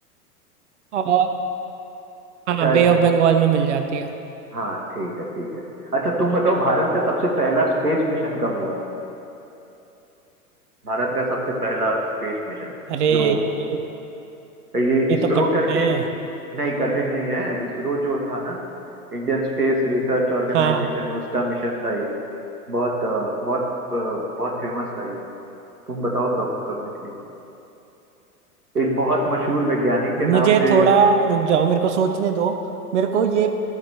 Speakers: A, on the right; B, on the right.
A: और हाँ
B: शायद
A: बे
B: हाँ
A: ऑफ बंगाल में मिल जाती है
B: हाँ ठीक है ठीक है अच्छा तुम बताओ भारत का सबसे पहला स्पेस मिशन कब हुआ था भारत का सबसे पहला स्पेस मिशन
A: अरे
B: जो
A: ये तो
B: ये
A: ये
B: इसरो
A: तो कठिन
B: करके
A: है
B: नहीं कठिन नहीं है इसरो जो था ना इंडियन स्पेस रिसर्च ऑर्गेनाइजेशन
A: हाँ
B: उसका मिशन था ये बहुत अ, बहुत अ, बहुत फेमस था ये तुम बताओ कब कब निकली थी एक बहुत मशहूर वैज्ञानिक के
A: मुझे
B: नाम पे
A: थोड़ा रुक जाओ मेरे को सोचने दो मेरे को ये